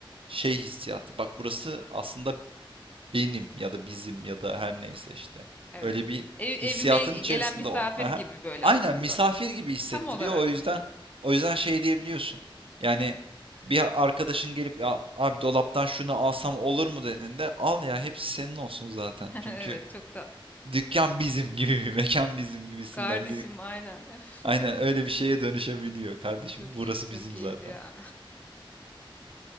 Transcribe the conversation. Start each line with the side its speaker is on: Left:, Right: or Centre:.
Right: şey hissiyatı. Bak burası aslında benim ya da bizim ya da her neyse işte.
Left: Evet.
Right: Öyle bir
Left: Ev- evime
Right: hissiyatın
Left: gelen
Right: içerisinde
Left: misafir
Right: o. Aha.
Left: gibi böyle
Right: Aynen
Left: aslında.
Right: misafir gibi hissettiriyor.
Left: Tam olarak.
Right: O yüzden o yüzden şey diyebiliyorsun. Yani bir arkadaşın gelip ya abi dolaptan şunu alsam olur mu dediğinde al ya hepsi senin olsun zaten.
Left: <laughs>
Right: Çünkü
Left: Evet çok tatlı.
Right: Dükkan bizim <laughs> gibi, bir mekan bizim gibisinden
Left: Kardeşim
Right: bir
Left: aynen. <laughs>
Right: aynen
Left: Öf.
Right: öyle bir şeye dönüşebiliyor kardeşim.
Left: Çok
Right: Burası
Left: iyi, çok
Right: bizim
Left: keyifli
Right: zaten.
Left: ya.